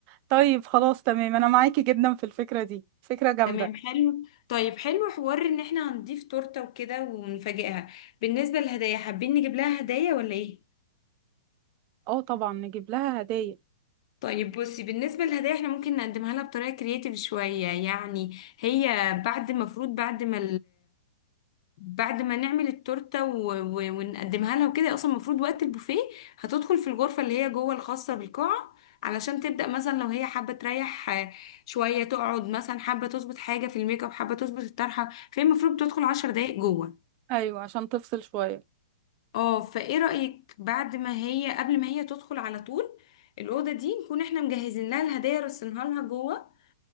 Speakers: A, on the right (about 35°); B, on the left (about 50°).
A: طيب خلاص تمام انا معاكي جدا في الفكره دي فكره جامده
B: تمام حلو طيب حلو حوار ان احنا هنضيف تورتة وكده ونفاجئها بالنسبة للهدايا حابين نجيب لها هدايا ولا ايه
A: اه طبعا نجيب لها هدايا
B: طيب بصي بالنسبة للهدايا احنا ممكن نقدمها لها بطريقة كرياتيف شوية يعني هي بعد المفروض بعد ما بعد ما نعمل التورته و... و... ونقدمها لها وكده اصلا المفروض وقت البوفيه هتدخل في الغرفه اللي هي جوه الخاصه بالقاعه علشان تبدا مثلا لو هي حابه تريح آه، شويه تقعد مثلا حابه تظبط حاجه في الميك اب حابه تظبط الطرحه فهي المفروض بتدخل عشر دقايق جوه
A: ايوه عشان تفصل شويه
B: اه فايه رايك بعد ما هي قبل ما هي تدخل على طول الاوضه دي نكون احنا مجهزين لها الهدايا رصينها لها جوه